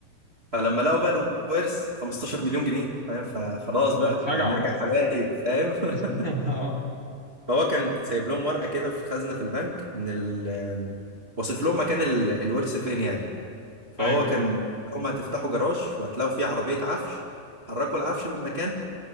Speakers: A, on the right; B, on the left.
A: فلما لقوا بقى الورث 15 مليون جنيه فاهم فخلاص بقى
B: ده اتفجعوا
A: هنرجع حبايب فاهم <laughs>
B: <laughs> اه
A: فهو كان سايب لهم ورقة كده في خزنة في البنك إن ال واصف لهم مكان ال- الورث فين يعني فهو
B: ايوه
A: كان هم هتفتحوا جراج وهتلاقوا فيه عربية عفش حركوا العفش من مكانه